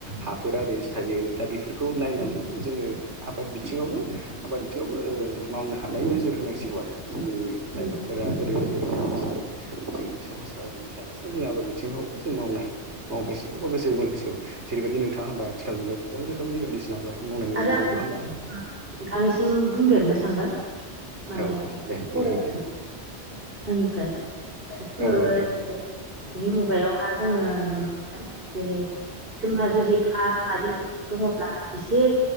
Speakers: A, on the right (about 85°); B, on the right (about 55°).
A: हाफोरा ओरैनोसो थायो। दा बेफोरखौ नायनानै
B: औ
A: जोङो आबाद बिथिङावबो आबाद बिथिङावबो ओ मावनो हानाय नोजोर होनांसिगौ आरो। जोंनि लाइमोनफोरा
B: उम
A: ओरै ओरैनो थागासिनो जोंनि समाजफ्रा ओरैनो थायालासिनो जों आबाद बिथिङावबो जों मावनो हायो मावनांसिगौ बा गोसो बोनांसिगौ जों बेबादि नोंथाङा होनबाय आथिखाल मुगायाव गोबां रोखोमनि बायदिसिना आबादफोर मावनाय नुनो
B: आरो
A: मोनो
B: आं
A: नङा
B: <unintelligible>
A: होमबा
B: नोंथांनिसिम बुंदेरनो सानबाय। माने
A: औ
B: <unintelligible>
A: औ दे बुंजागोन दे
B: आंनिफ्राय जोङो
A: औ औ
B: बेनि
A: दे
B: मुगायावहा जोङो नुनो मोनदों जेरै जोंहा जुदि हा बारिफोर दङब्ला एसे